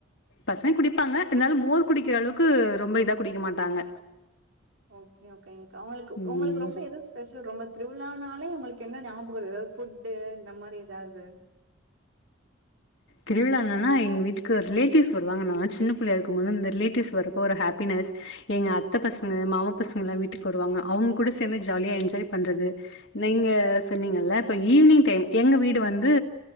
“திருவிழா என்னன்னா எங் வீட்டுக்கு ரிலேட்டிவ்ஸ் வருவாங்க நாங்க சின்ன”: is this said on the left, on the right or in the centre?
Left